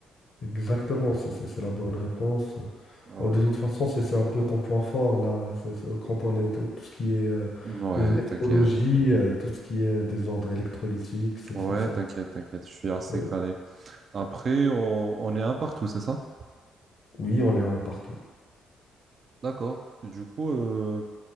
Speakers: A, on the left (about 55°); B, on the right (about 55°).
A: Exactement, c'est c'est- c'est la bonne réponse.
B: Ouais,
A: Oh, de toute façon, c'est c'est un peu ton point fort là. C'est- c'est- quand on est dans tout ce qui est euh,
B: ouais,
A: euh, néphrologie,
B: t'inquiète.
A: euh, tout ce qui est désordre électrolytique, c'est,
B: Ouais,
A: c'est- c'est
B: t'inquiète,
A: un-
B: t'inquiète, je suis assez
A: euh,
B: calé. Après, on, on est un partout, c'est ça?
A: oui, on est un partout.
B: D'accord. Du coup, euh,